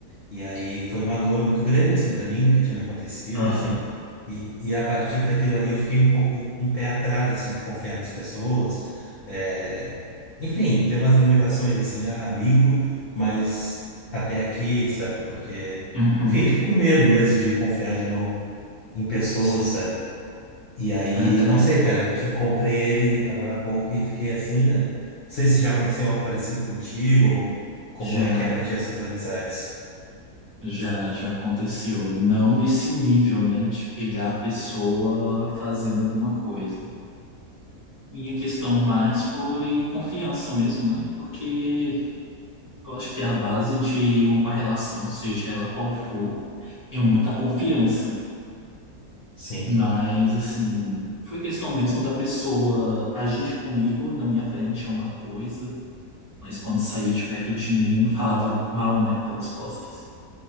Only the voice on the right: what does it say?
Aham,
uhum,
sim.
Ah, cara,
já,
já, já aconteceu. Não nesse nível, né, de pegar a pessoa fazendo alguma coisa. Minha questão mais foi confiança mesmo, né? Porque Eu acho que a base de uma relação, seja ela qual for, é muita confiança.
Mas, assim, foi questão mesmo da pessoa agir comigo na minha frente é uma coisa, mas quando saía de perto de mim, falava mal, né, pelas costas.